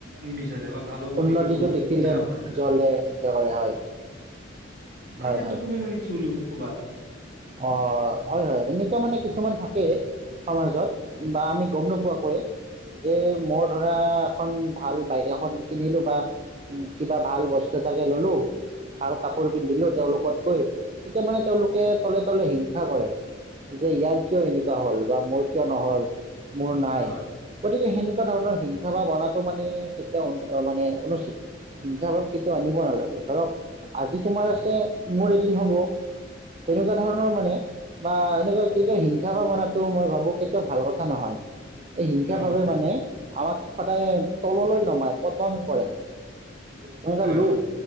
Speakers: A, on the right; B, on the right.
A: নিবিচাৰে বা ভাল হ'ব
B: উন্নতিটো
A: দেখিব নোৱাৰে
B: দেখিলে
A: হিংসা কৰে
B: জলে সিন্তা কৰে হয়
A: তাৰ
B: হয়
A: ক্ষেত্ৰত
B: হয়
A: তুমি মানে কি বুলি কবা
B: অ হয় হয় এনেকুৱা মানে কিছুমান থাকে সমাজত বা আমি গম নোপোৱাকৈয়ে যে মই ধৰা এখন ভাল বাইক এখন কিনিলো বা উম, কিবা ভাল বস্তু এটাকে ল'লোঁ। ভাল কাপোৰ পিন্ধিলোঁ তেওঁলোকতকৈ, তেতিয়া মানে তেওঁলোকে তলে তলে হিংসা কৰে যে ইয়াৰ কিয় এনেকুৱা হ'ল বা মোৰ কিয় নহ'ল, মোৰ নাই।
A: হয়
B: গতিকে সেনে এনেকুৱা ধৰণৰ হিংসা ভাৱ অনাটো মানে কেতিয়াও মানে অনুচিত। হিংসা ভাৱ কেতিয়াও আনিব নালাগে। ধৰক আজি তোমাৰ আছে মোৰ এদিন হব
A: <inaudible>
B: তেনেকুৱা ধৰণৰ মানে বা এনেকুৱা কেতিয়া হিংসা-ভাৱনাটো মই ভাৱোঁ কেতিয়াও ভাল কথা নহয়। এই হিংসা
A: নহয়
B: ভাৱে মানে আমাক সদায় তললৈ নমায় পতন কৰে এনেুৱা
A: হয়
B: লোভ
A: হয়